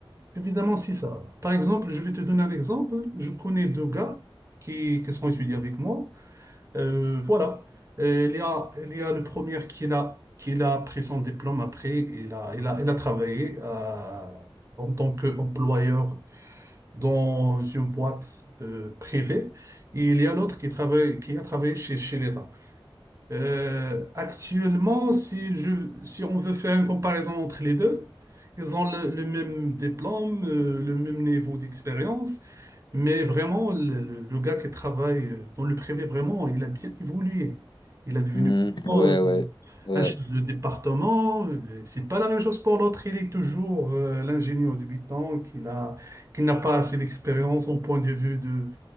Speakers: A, on the right; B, on the left.
A: Évidemment, c'est ça. Par exemple, je vais te donner un exemple. Je connais deux gars qui, qui sont étudiés avec moi. Euh, voilà. Euh, Il y a, il y a le premier qui l'a, qui l'a pris son diplôme après. Il a, il a, il a travaillé euh, en tant qu'employeur dans une boîte euh, privée. Et il y a l'autre qui travaille, qui a travaillé chez, chez l'État. Euh, actuellement, si je, si on veut faire une comparaison entre les deux, ils ont le, le même diplôme, euh, le même niveau d'expérience, mais vraiment, le, le- le gars qui travaille euh, dans le privé, vraiment, il a bien évolué. Il a devenu
B: Hmm, ouais,
A: euh,
B: ouais, ouais,
A: un chef de département. euh, C'est pas la même chose pour l'autre. Il est toujours euh, l'ingénieur débutant qui a, qui n'a pas assez d'expérience au point de vue de,